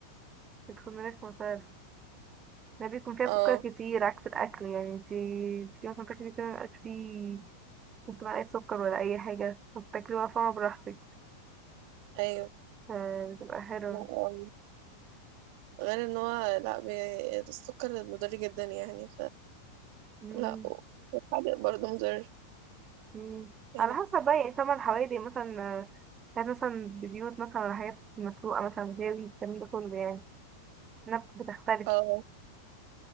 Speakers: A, on the right; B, on the right.
A: بتكون رخمة فعلا ده بيكون فيها
B: اه
A: سكر كتير عكس الأكل يعني انتي انتي مثلا تاكلي كده مبيبقاش فيه نص معلقة سكر ولا أي حاجة وبتاكلي بقى فاهمة براحتك
B: ايوه
A: فبتبقى حلوة
B: لا آه. غير ان هو لا بي... السكر مضر جدا يعني
A: مم.
B: فلا والحادق برضه مضر
A: مم.
B: يعني
A: على حسب بقى يعني ثمن حوالي مثلا آه، حاجات مثلا بزيوت مثلا ولا حاجات مسلوقة مثلا جاوي الكلام ده كله يعني نب بتختلف
B: اه